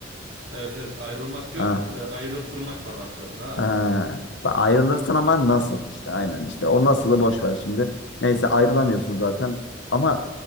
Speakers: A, on the right; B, on the left.
A: Evet evet ayrılmak yok
B: Ha,
A: e, ayrılttırmak var başkalarında ha.
B: Ha, bak ayrılırsın ama nasıl işte aynen işte o nasılı boş ver şimdi. Neyse ayrılamıyorsun zaten ama